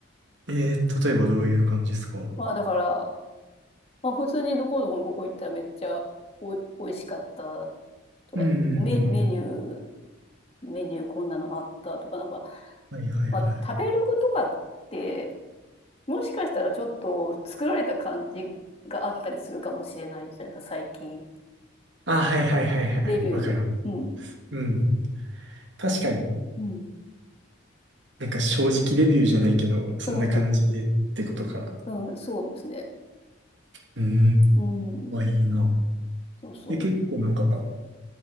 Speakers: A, on the right; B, on the left.
A: えー、例えばどういう感じですか
B: まあ、だから、まあ、普通にどこどこのここ行ったらめっちゃおい、美味しかったとか、
A: うんうんうん。
B: メ、メニュー、メニューこんなのあったとか、なんか、
A: はいはいはい。
B: まあ、食べログとかって、もしかしたらちょっと作られた感じがあったりするかもしれないじゃないですか、最近。
A: あ、はいはいはいはい。
B: レビュー。
A: わかります。
B: うん。
A: うん。確かに。
B: うん。
A: なんか正直レビューじゃないけど、そんな感じでってことか。
B: うん。うん、そうですね。
A: うーん、
B: うん。
A: まあいいな。
B: そうそう。
A: え、結構なんか、